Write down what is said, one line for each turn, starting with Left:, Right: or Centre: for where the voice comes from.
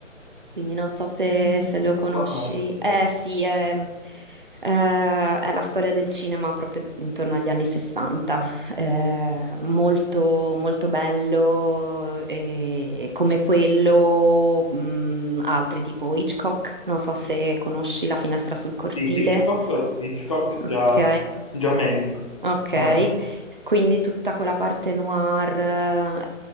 Right: Quindi non so se,
Left: quindi
Right: se lo conosci.
Left: qua,
Right: Eh
Left: eh,
Right: sì, è, eh, è la storia del cinema proprio intorno agli anni 60. Eh, molto, molto bello, e come quello, mh, altri tipo Hitchcock. Non so se conosci La finestra sul cortile.
Left: Sì, Hitchcock, Hitchcock
Right: Ok,
Left: già, già meglio.
Right: ok.
Left: Eh,
Right: Quindi tutta quella parte noir. eh,